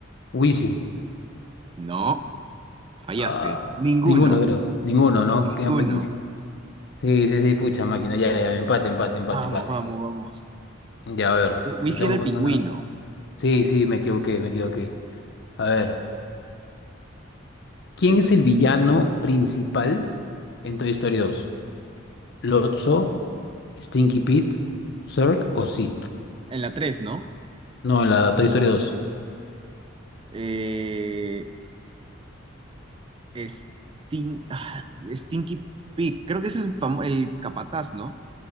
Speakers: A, on the left; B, on the right.
A: Wheezy.
B: No, fallaste.
A: Ah,
B: Ninguno,
A: ninguno, creo. Ninguno, ¿no?
B: ninguno.
A: Quedan más Sí, sí, sí, pucha máquina. Ya, ya, empate, empate, empate,
B: Vamos,
A: empate.
B: vamos, vamos.
A: Ya, a ver.
B: Whe- Wheezy
A: Te tengo
B: era el
A: que
B: pingüino.
A: poner una. Sí, sí, me equivoqué, me equivoqué. A ver. ¿Quién
B: Te toca.
A: es el villano principal en Toy Story dos? ¿Lotso, Stinky Pete, Zurg o Sid?
B: En la 3 ¿no?
A: No, en la Toy Story dos.
B: Eh, Stin- ah, Stinky Pig, creo que es el, famo- el capataz, ¿no?